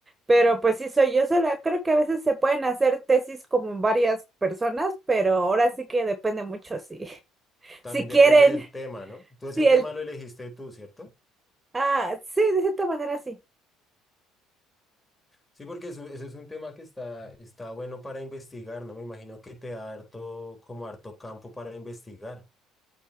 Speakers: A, on the right; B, on the left.
A: pero pues sí soy yo sola, creo que a veces se pueden hacer tesis como varias personas, pero ahora sí que depende mucho si, <laughs>
B: También
A: si quieren,
B: depende del tema, ¿no? Tú ese
A: si
B: tema
A: el,
B: lo elegiste tú, ¿cierto?
A: ah, sí, de cierta manera sí,
B: Sí, porque eso, eso es un tema que está, está bueno para investigar, ¿no? Me imagino que te da harto, como harto campo para investigar.